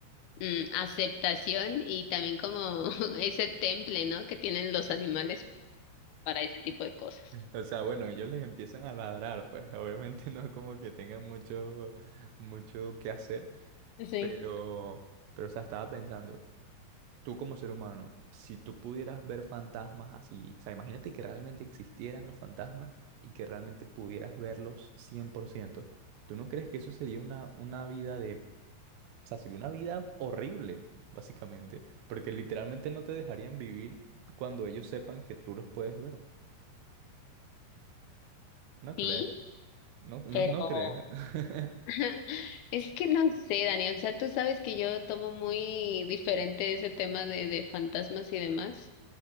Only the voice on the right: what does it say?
O sea, bueno, ellos les empiezan a ladrar, pues <laughs> obviamente no como que tengan mucho, mucho que hacer,
pero, pero, o sea, estaba pensando, tú como ser humano, si tú pudieras ver fantasmas así, o sea, imagínate que realmente existieran los fantasmas y que realmente pudieras verlos cien por ciento ¿tú no crees que eso sería una, una vida de O sea, sería una vida horrible, básicamente, porque literalmente no te dejarían vivir cuando ellos sepan que tú los puedes ver. ¿No crees?
No, no,
no crees. <laughs>